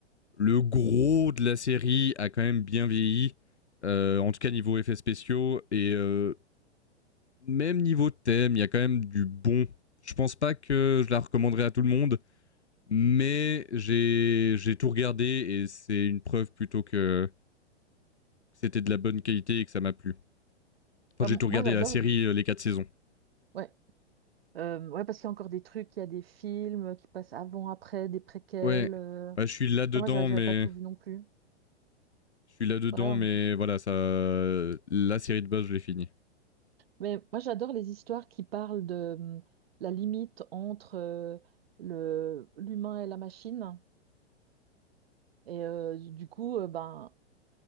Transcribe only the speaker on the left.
le gros de la série a quand même bien vieilli. Euh, en tout cas, niveau effets spéciaux. Et euh, même niveau thème, il y a quand même du bon. Je pense pas que je la recommanderais à tout le monde, mais j'ai j'ai tout regardé et c'est une preuve plutôt que c'était de la bonne qualité et que ça m'a plu. Enfin,
j'ai tout regardé
la série euh, les quatre saisons.
Ouais,
ouais je suis là dedans,
mais
je suis là dedans,
mais voilà, ça, la série de base, je l'ai finie.